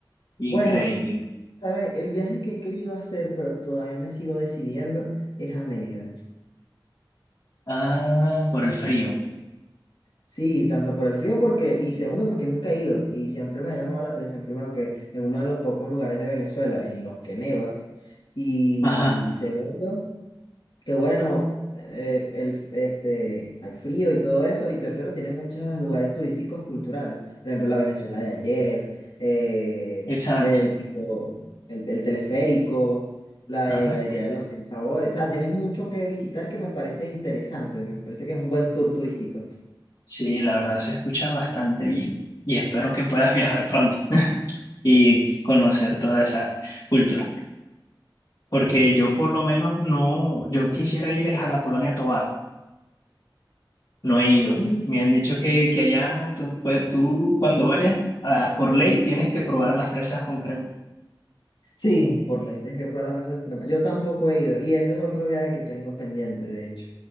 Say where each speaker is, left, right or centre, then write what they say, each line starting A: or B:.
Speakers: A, on the left (about 80°); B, on the left (about 60°).
A: Bueno,
B: increíble.
A: ¿Sabes? El viaje que he querido hacer, pero todavía me sigo decidiendo, es a Mérida.
B: Ah, por el frío.
A: Sí, tanto por el frío porque, y segundo porque nunca he ido y siempre me ha llamado la atención, primero que es uno de los pocos lugares de Venezuela en los que neva y
B: Ajá,
A: segundo que bueno, eh, el, este, hay frío y todo eso. Y tercero, tiene muchos lugares turísticos culturales. Por ejemplo, la Venezuela de ayer, eh,
B: exacto.
A: el pico, el, el teleférico, la
B: ajá
A: heladería de los 100 sabores. O sea, tiene mucho que visitar que me parece interesante. Me parece que es un buen tour turístico.
B: Sí, la verdad se escucha bastante bien y espero que puedas viajar pronto <laughs> y conocer toda esa cultura, porque yo por lo menos no, yo quisiera ir es a la Colonia Tovar, no he ido.
A: Mm,
B: Me han dicho que, que allá tú, pues, tú cuando vayas ah, por ley tienes que probar las fresas con crema.
A: Sí, por ley, dejé que probar las fresas cremas. Yo tampoco he ido. Y ese es otro viaje que tengo pendiente, de hecho.